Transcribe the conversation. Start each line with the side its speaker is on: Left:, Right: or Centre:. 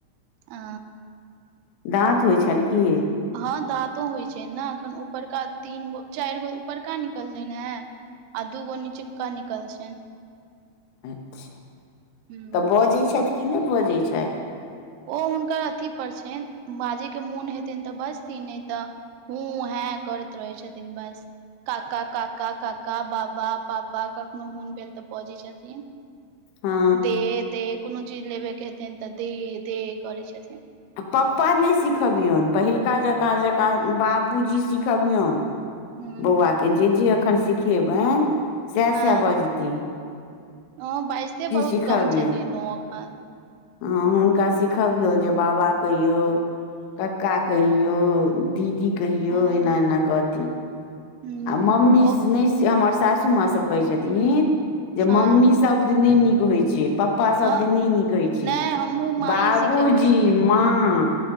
Right: आ
Left: दाँत होइ छन कि
Right: हँ दाँतो होइ छै ने एखन ऊपरका तीन गो चार गो ऊपरका निकललैन हे आ दूगो निचुका निकल छै
Left: अच्छा
Right: ह
Left: तऽ बजे छथ कि नहि बजे छथि
Right: ओ हुनकर अथी पर छनि बाजे के मोन हेतेन तऽ बजथिन नहि तऽ हू हँ करैत रहै छथिन बस काका काका काका बाबा पापा कखनो मोन भेल तऽ बजै छथिन्ह
Left: हँ
Right: दे दे कोनो चीज लेबेके हेतेन तऽ दे दे करै छथिन्ह
Left: आ पप्पा नहि सिखबियन पहिलुका जका जका बाबूजी सिखबियन
Right: ह
Left: बौआके जे जे एखन सिखेबन सएह
Right: हँ
Left: सएह बजति
Right: ओ बाईज बहुत
Left: सिखबियनि
Right: कम छथिन ओ एखन
Left: हँ हुनका सिखबियौ जे बाबा कहिओ कक्का कहियो दीदी कहियो
Right: हँ
Left: एना एना कहथि
Right: ह
Left: आ मम्मी
Right: ओ
Left: नहि हमर सासू माँ सब कहै छथिन जे
Right: हँ
Left: मम्मी सब दिन नहि नीक होइ छै पपा सभ
Right: हँ
Left: दिन नहि नीक होइ छैक
Right: नहि हमहुँ माँए
Left: बाबूजी
Right: सिखेबनि
Left: माँ